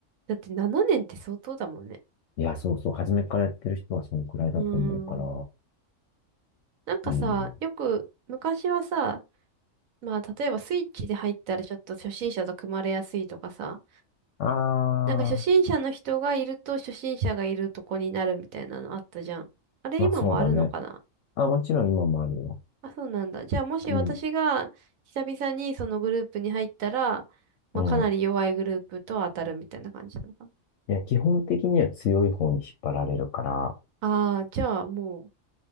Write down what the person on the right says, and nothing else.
だって7年って相当だもんね。
うん。なんかさ、
よく昔はさ、まあ、例えばスイッチで入ったらちょっと初心者と組まれやすいとかさ。
なんか初心者の人がいると初心者がいるとこになるみたいなのあったじゃん。あれ今もあるのかな
あ、そうなんだ。じゃあもし私が久々にそのグループに入ったら、
まあかなり弱いグループと当たるみたいな感じなのかな。
ああ、じゃあもう、